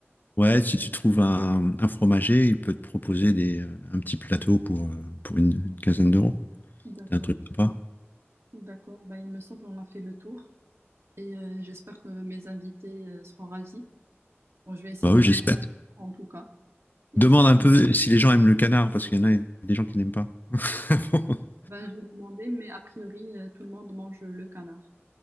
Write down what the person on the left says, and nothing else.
Ouais, si tu trouves un, un fromager, il peut te proposer des, euh, un petit plateau pour, euh, pour une, une quinzaine d'euros.
C'est un truc sympa.
Bah
oui,
j'espère.
Demande
un peu si les gens aiment le canard, parce qu'il y en a des gens qui n'aiment pas. <laughs>